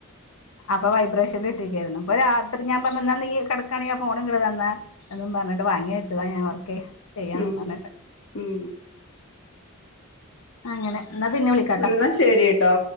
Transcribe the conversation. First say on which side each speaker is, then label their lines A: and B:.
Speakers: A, on the left (about 85°); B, on the left (about 60°).
A: അപ്പൊ വൈബ്രേഷനിൽ ഇട്ടിരിക്കായിരുന്നു ഇപ്പൊ രാത്രി ഞാൻ പറഞ്ഞു ന്നാ നീ കിടക്കാണെങ്കി ഫോൺ ഇങ്ങ് തന്നേ എന്നും പറഞ്ഞിട്ട് വാങ്ങി വെച്ചതാ ഞാൻ വർക്ക്‌ ചെയ്യാംന്ന്
B: ഉം
A: പറഞ്ഞിട്ട്.
B: ഉം
A: അങ്ങനെ ന്നാ പിന്നെ വിളി
B: എന്ന ശരി ട്ടോ.